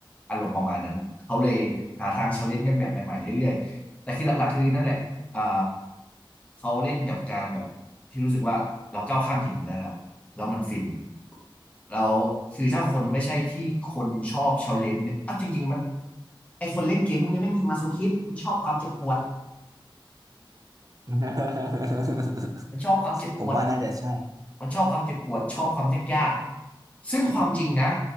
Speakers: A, on the left; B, on the right.
A: อารมณ์ประมาณนั้น เขาเลยหาทางเชลเลนจ์กันแบบใหม่ๆเรื่อยๆ แต่คือหลักๆคือนั่นแหละอ่าเขาเล่นกับการแบบที่รู้สึกว่าเราก้าวข้ามสิ่งหนึ่งได้แล้วแล้วมันฟินแล้วคือถ้าคนไม่ใช่ที่คนชอบเชลเลนจ์เนี่ยอ่ะจริงๆมันไอคนเล่นเกมพวกนี้แม่งมาโซคิสต์มันชอบความเจ็บปวด
B: <laughs>
A: มันชอบความเจ็บปวด
B: ผมว่าน่าจะใช่
A: มันชอบความเจ็บปวดชอบความยากๆ ซึ่งความจริงนะ